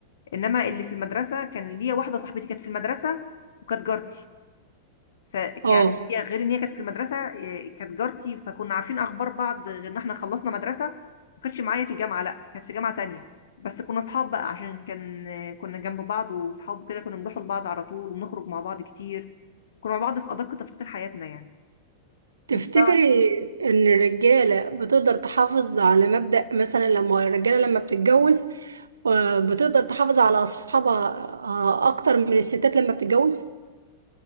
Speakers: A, on the left (about 60°); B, on the right (about 75°).
A: انما اللي في المدرسه كان ليا واحده صاحبتي كانت في المدرسه وكانت جارتي ف
B: اه
A: يعني هي غير ان هي كانت في المدرسه إيه، كانت جارتي فكنا عارفين اخبار بعض غير ان احنا خلصنا مدرسه ما كانتش معايا في الجامعه لا كانت في جامعه تانية بس كنا اصحاب بقى عشان كان آه، كنا جنب بعض واصحاب كده كنا بنروح لبعض على طول وبنخرج مع بعض كتير كنا مع بعض في ادق تفاصيل حياتنا يعني
B: تفتكري
A: انت بقى
B: ان الرجالة بتقدر تحافظ على مبدأ مثلا لما الرجالة لما بتتجوز آه، بتقدر تحافظ على اصحابها آه، اكتر من الستات لما بتتجوز